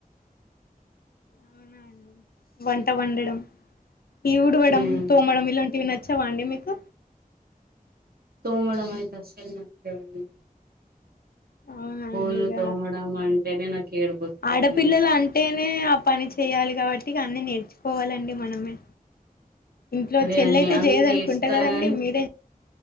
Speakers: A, on the left; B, on the right.
A: అవునా అండి వంట వండడం ఈ ఉడవడం
B: ఉమ్
A: తోమడం ఇలాంటివి నచ్చ చ్చవాండి మీకు
B: తోమడం ఇట్లా శ్రమఅండి
A: అవునా
B: పూలు
A: అండి ఇక
B: తోమడం అంటేనే నాకు ఏడుపు వస్తుందండి
A: ఆడపిల్లలు అంటేనే ఆ పని చేయాలి కాబట్టి ఇగా అని నేర్చుకోవాలండి మనమే ఇంట్లో
B: అదే
A: చెల్ల
B: అన్ని
A: అయితే
B: అన్ని
A: చేయదు
B: చేస్తా
A: అనుకుంటా కదండి
B: గాని
A: మీరే